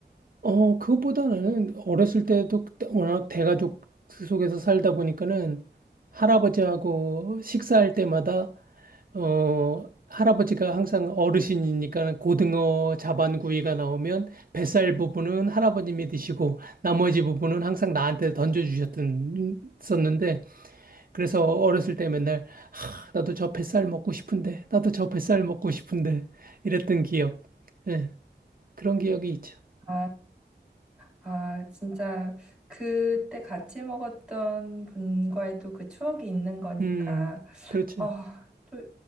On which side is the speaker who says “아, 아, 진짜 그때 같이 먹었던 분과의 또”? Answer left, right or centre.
Centre